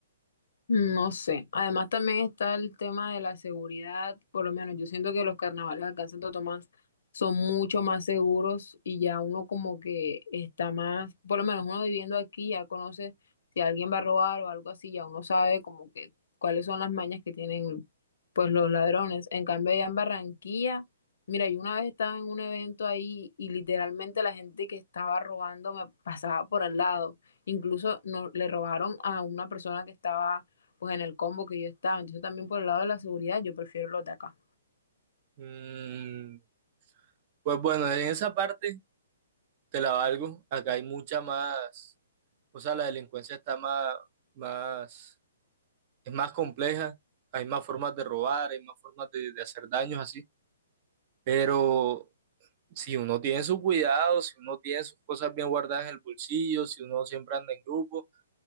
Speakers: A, on the left (about 75°); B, on the right (about 35°).
A: No sé. Además también está el tema de la seguridad, por lo menos yo siento que los carnavales acá en Santo Tomás son mucho más seguros y ya uno como que está más, por lo menos uno viviendo aquí ya conoce si alguien va a robar o algo así, ya uno sabe como que cuáles son las mañas que tienen pues los ladrones. En cambio allá en Barranquilla, mira, yo una vez estaba en un evento ahí y literalmente la gente que estaba robando me pasaba por al lado. Incluso no, le robaron a una persona que estaba pues en el combo que yo estaba. Entonces también por el lado de la seguridad yo prefiero los de acá.
B: Mm, pues bueno, en esa parte te la valgo. Acá hay mucha más, o sea, la delincuencia está más, más, es más compleja. Hay más formas de robar, hay más formas de, de hacer daños así. Pero si uno tiene su cuidado, si uno tiene sus cosas bien guardadas en el bolsillo, si uno siempre anda en grupo,